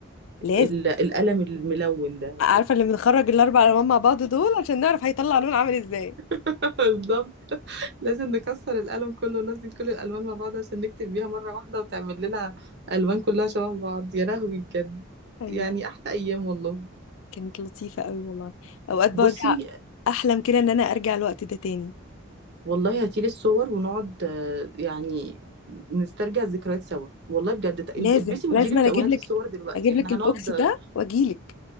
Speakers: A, on the left; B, on the right.
A: لازم
B: ال- القلم الملون ده
A: عارفه اللي بنخرج الاربع الوان مع بعض دول عشان نعرف هيطلع لون عامل ازاي
B: <laughs> بالظبط لازم نكسر القلم كله وننزل كل الالوان مع بعض عشان نكتب بيها مره واحده وتعمل لنا الوان كلها شبه بعض يا لهوي بجد
A: ايوه
B: يعني احلى ايام والله
A: كانت لطيفة قوي والله اوقات برجع
B: بصي
A: احلم كده ان انا ارجع الوقت ده تاني
B: والله هاتيلي الصور ونقعد آه، يعني نسترجع الذكريات سوا والله بجد ت-
A: لازم
B: البسي وانزلي
A: لازم
B: وت-
A: انا اجيب
B: وهاتي
A: لك
B: الصور دلوقتي
A: اجيب
B: احنا
A: لك البوكس
B: هنقعد آه،
A: ده واجيلك